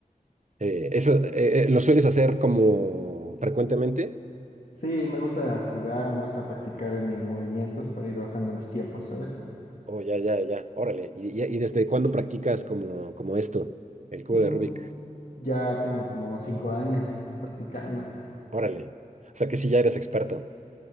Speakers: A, on the right; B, on the left.
A: Eh, eso, eh, eh, ¿lo sueles hacer como frecuentemente?
B: Sí, me gusta jugar, me gusta practicar mis movimientos para ir bajando mis tiempos, ¿sabes?
A: Oh, ya, ya, ya. Órale. ¿Y, y- y desde cuándo practicas como, como esto, el cubo
B: Mm,
A: de Rubik?
B: Ya tengo como cinco años practicando.
A: Órale. O sea que sí ya eres experto.